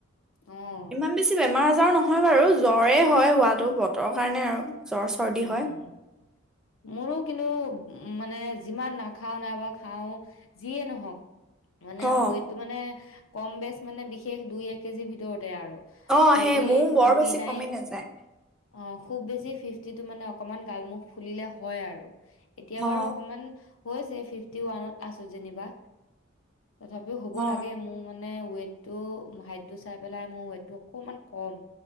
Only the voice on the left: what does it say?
অ',
উম
উম মোৰো কিন্তু উ মানে। যিমান নাখাও নাইবা খাও যিয়ে নহওক। মানে
ওৱেট মানে কম বেচ মানে বিশেষ দুই এক কেজিৰ ভিতৰত। তে আৰু
ফৰ্টি
এইট ফৰ্টি
নাইন
আ খুব বেছি ফিফটি। যিটো মানে অকনমান গালমুখ ফুলিলে হয় আৰু। এতিয়া বাৰু
অকমান। হৈছে ফিফটি ওৱানত আছো যেনিবা। তথাপিও হব
লাগে মোৰ মানে নে ৱেটটো হাইটটো চাই পেলাই মোৰ ৱেটটো অকমান কম।